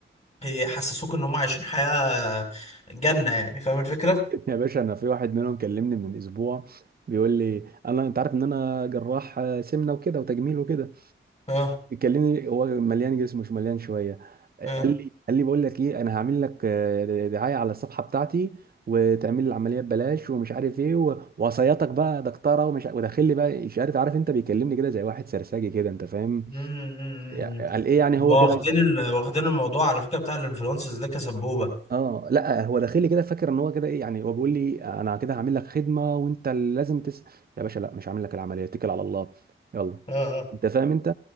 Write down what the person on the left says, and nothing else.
يحسسوك ان هم عايشين حياة جنة يعني فاهم الفكرة؟
اه
اه
امم
واخدين
ال... واخدين الموضوع على فكرة بتاع الانفلونسرز ده كسبوبة
اه اه